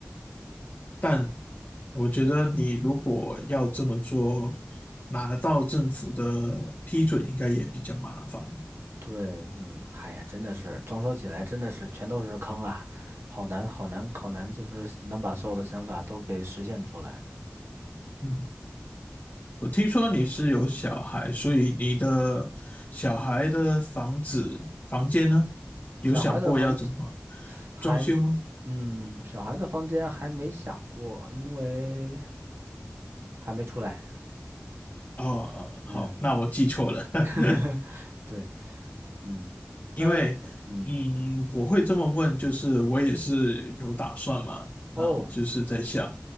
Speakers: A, on the left; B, on the right.
A: 但我觉得你如果要这么做，拿到政府的批准应该也比较麻烦。
B: 对，嗯，哎呀，真的是装修起来真的是全都是坑啊，好难好难好难，就是能把所有的想法都给实现出来。
A: 嗯，我听说你是有小孩，所以你的小孩的房子房间呢，有想过要怎么
B: 小孩的房还，
A: 装修吗？
B: 嗯，小孩的房间还没想过，因为还没出来。
A: 哦，哦好，
B: 嗯。
A: 那我记错了。<laughs>
B: <laughs> 对，嗯，
A: 因为，
B: 呃，嗯，
A: 嗯，我会这么问，就是我也是有打算嘛。那我就是在想，
B: 哦，